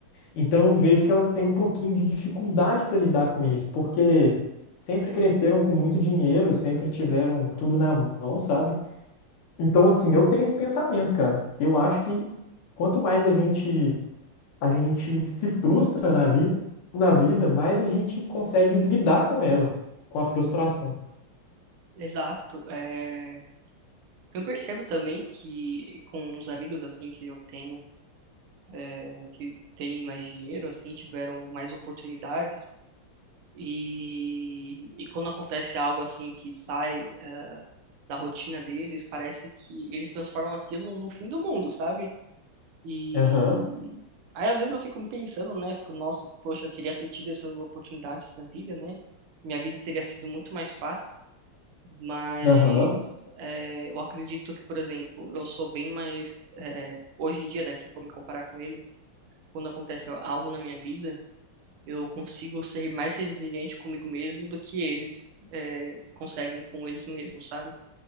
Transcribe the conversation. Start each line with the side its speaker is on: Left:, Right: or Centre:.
Left: Então eu vejo que elas têm um pouquinho de dificuldade para lidar com isso, porque sempre cresceram com muito dinheiro, sempre tiveram tudo na mão, sabe? Então assim, eu tenho esse pensamento, cara. Eu acho que quanto mais a gente a gente se frustra na vida, na vida, mais a gente consegue lidar com ela, com a frustração.
Right: Exato. é, eu percebo também que com os amigos assim que eu tenho, é, que têm mais dinheiro assim, tiveram mais oportunidades. E, e quando acontece algo assim que sai da rotina deles, parece que eles transformam aquilo no fim do mundo, sabe? E
Left: Aham,
Right: aí às vezes eu fico me pensando, né? Fico, nossa, poxa, eu queria ter tido essas oportunidades na vida, né? Minha vida teria sido muito mais fácil. Mas
Left: aham,
Right: é, eu acredito que, por exemplo, eu sou bem mais. é, hoje em dia, né, se eu for me comparar com ele, quando acontece algo na minha vida, eu consigo ser mais resiliente comigo mesmo do que eles é, conseguem com eles mesmos, sabe?